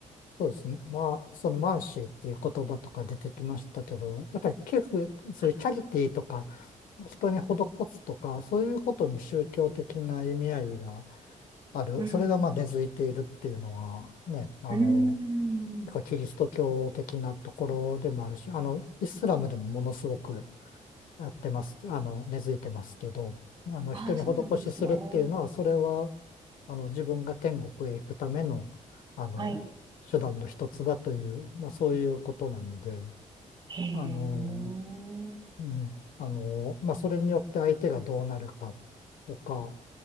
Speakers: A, on the left; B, on the right.
A: そうですね。まあ、そのマーシーっていう言葉とか出てきましたけど、やっぱり寄付、そういうチャリティーとか、
B: はい。
A: 人に施すとか、そういうことに宗教的な意味合いがある、
B: うん。
A: それがまあ根付いているっていうのはね、あの、
B: うーん。
A: 結構キリスト教的なところでもあるし、あの、イスラムでもものすごくやってます、あの、根付いてますけど、あの、
B: ああ、
A: 人に施しするっていうのは、
B: そうなんですね。
A: それは、あの、自分が天国へ行くための、あの、
B: はい。
A: 手段の一つだという、まあそういうことなので、
B: へえ。
A: あの、
B: うん、うん、
A: うん、あの、まあそれによって相手がどうなるかとか、